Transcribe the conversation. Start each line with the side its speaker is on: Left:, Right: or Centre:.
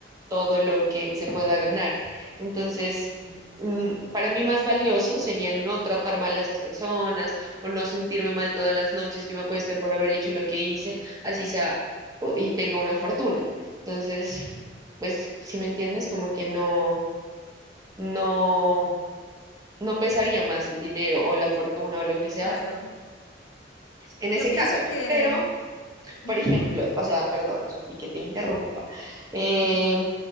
Right: todo lo que se pueda ganar. Entonces, mm, para mí más valioso sería no tratar mal a esas personas o no sentirme mal todas las noches que me acueste por haber hecho lo que hice, así sea o- y tenga una fortuna. Entonces, pues si me entiendes, como que no, no, no pesaría más el dinero o la fortuna o lo que sea
Left: Claro.
Right: en
Left: Yo
Right: ese
Left: pienso
Right: caso.
Left: que,
Right: Pero,
Left: ujú,
Right: por ejemplo, o sea, perdón, Sofi, que te interrumpa. Eh,
Left: ujú,